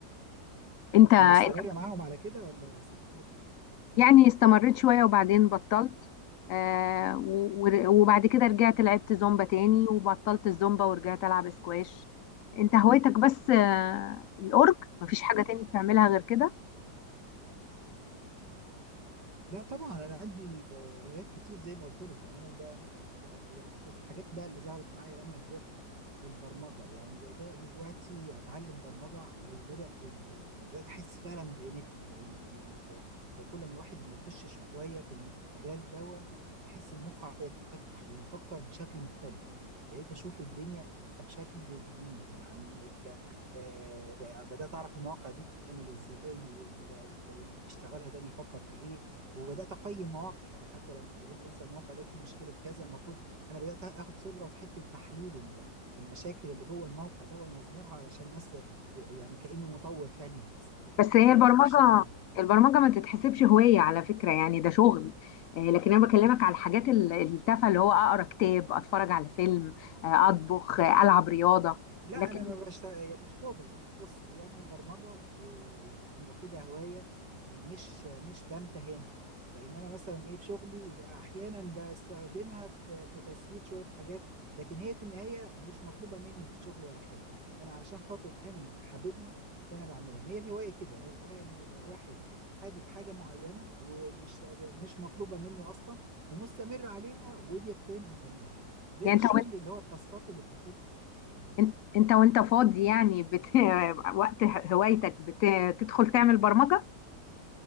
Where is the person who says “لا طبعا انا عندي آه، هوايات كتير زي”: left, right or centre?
Right